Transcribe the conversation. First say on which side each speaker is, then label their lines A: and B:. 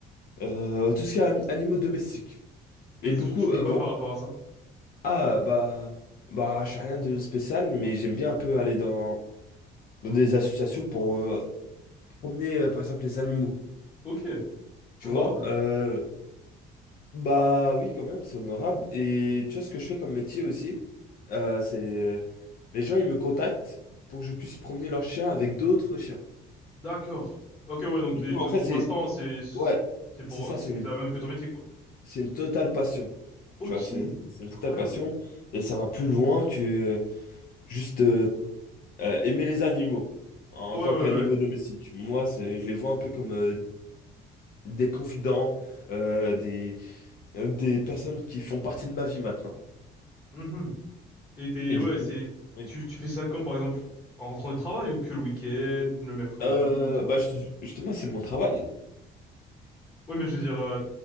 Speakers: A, on the left; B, on the left.
A: euh, tout ce qui est an- animaux domestiques.
B: Et
A: Et
B: tu,
A: beaucoup,
B: tu fais
A: euh,
B: quoi
A: bon,
B: par rapport à ça?
A: ah, bah, bah, je fais rien de spécial, mais j'aime bien un peu aller dans, dans des associations pour euh, promener, euh, par exemple, les animaux,
B: Ok.
A: tu
B: Honorable.
A: vois. Euh, bah oui, quand même, c'est honorable. Et tu vois, ce que je fais comme métier aussi, euh, c'est... Les gens, ils me contactent pour que je puisse promener leur chien avec d'autres chiens.
B: D'accord. Ok, ouais, donc
A: Du
B: les-
A: coup,
B: ton
A: en fait,
B: ton
A: c'est...
B: passe-temps, c'est,
A: Ouais,
B: c'est pour,
A: c'est ça,
B: c'est
A: c'est une,
B: la même que ton métier, quoi.
A: c'est une totale passion.
B: Ok.
A: Tu vois, c'est c'est une
B: Incroyable.
A: totale passion. Et ça va plus loin que euh, juste euh, euh, aimer les animaux en,
B: Ouais,
A: en tant
B: ouais,
A: qu'animaux
B: ouais.
A: domestiques. Moi, c'est, je les vois un peu comme euh, des confidents, euh, des, euh, des personnes qui font partie de ma vie maintenant.
B: Mhm. Et t'es,
A: Et
B: ouais,
A: du coup,
B: c'est,
A: oui.
B: tu, tu fais ça quand, par exemple? En rentrant du travail ou que le week-end, le mercredi,
A: Euh,
B: tu
A: bah,
B: vois?
A: ju- justement, c'est mon travail.
B: Ouais, mais je veux dire, euh,